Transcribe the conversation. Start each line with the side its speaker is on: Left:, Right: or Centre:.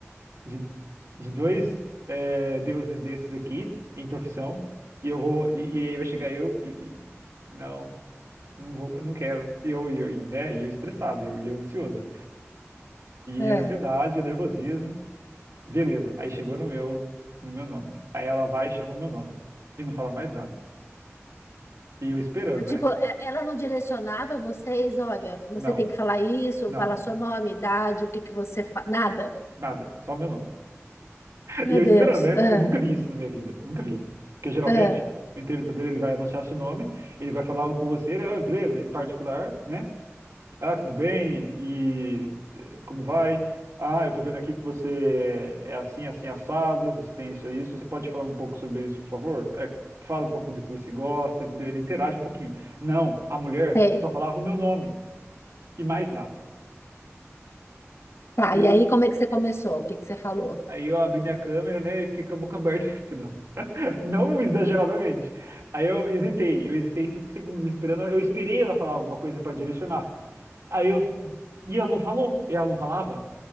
Right: de, de dois é, deuses desses aqui, em profissão. E eu vou, e, e aí vai chegar eu e, e- não, não vou, eu não quero. E eu, e eu, e, né? E eu estressado, e eu, e eu ansioso. E
Left: É.
Right: ansiedade, nervosismo. Beleza. Aí chegou no meu, no meu nome. Aí ela vai e chama o meu nome. E não fala mais nada. E eu esperando,
Left: É, Tipo,
Right: né?
Left: é- ela não direcionava vocês, olha, você
Right: Não,
Left: tem que falar isso,
Right: não,
Left: falar seu nome, idade, o que que você faz, nada.
Right: nada. Só meu nome.
Left: Meu
Right: E eu esperando,
Left: Deus,
Right: né?
Left: ah,
Right: Eu nunca vi isso na minha vida. Nunca vi. Porque geralmente,
Left: ah,
Right: o entrevistador ele vai anunciar seu nome, ele vai falar com você, ah, beleza, em particular, né? Ah, tudo bem? E, e eh, como vai? Ah, eu tô vendo aqui que você é assim, assim, assado, você tem isso e isso. Você pode falar um pouco sobre isso, por favor? É, fala um pouco do que você gosta, entendeu? Ele interage um pouquinho. Não, a mulher
Left: sei.
Right: só falava o meu nome e mais nada.
Left: Tá,
Right: E
Left: e
Right: eu,
Left: aí como é que você começou? O que que você falou?
Right: aí eu abri minha câmera, né, e fiquei com a boca aberta, <laughs> não, não exageradamente. Aí eu hesitei, eu hesitei cinco segundos esperando, eu esperei ela falar alguma coisa para direcionar. Aí eu, e ela não falou, ela não falava.